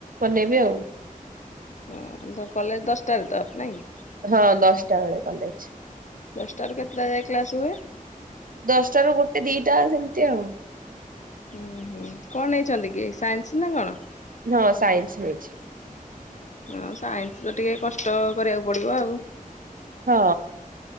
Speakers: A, on the right; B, on the left.
A: ବନେଇବି ଆଉ।
B: ହଁ ତ କଲେଜ ଦଶଟାଳୁ ତ ନାଇଁ।
A: ହଁ ଦଶଟା ବେଳେ କଲେଜ ଛି।
B: ଦଶଟାରୁ କେତେଟା ଯାଏ କ୍ଲାସ୍ ହୁଏ।
A: ଦଶଟା ରୁ ଗୋଟେ ଦିଟା ସେମିତି ଆଉ।
B: ହୁଁ ହୁଁ କଣ ନେଇଚନ୍ତି କି ସାଇନ୍ସ ନା କଣ।
A: ହଁ ସାଇନ୍ସ ନେଇଛି।
B: ହଁ ସାଇନ୍ସ ତ ଟିକେ କଷ୍ଟ କରିବାକୁ ପଡ଼ିବ ଆଉ।
A: ହଁ